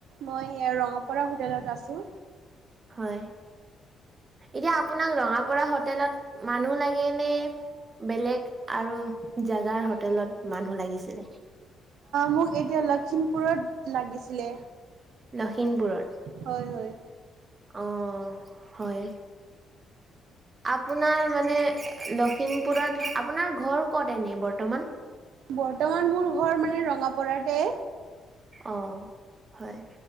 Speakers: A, on the right; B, on the right.
A: মই ৰঙাপাৰা হোটেলত আছোঁ
B: হয় এতিয়া আপোনাক ৰঙাপা হোটেলত মানুহ লাগে নে বেলেগ আৰু জাগাৰ হোটেলত মানুহ লাগিছিলে
A: মোক এতিয়া লখিমপুৰত লাগিছিলে
B: লখিমপুৰত
A: হয় হয়
B: অ হয় আপোনাৰ মানে লখিমপুৰত আপোনাৰ ঘৰ ক'ত এনে বৰ্তমান
A: বৰ্তমান মোৰ ঘৰ মানে ৰঙাপাতে
B: অ হয়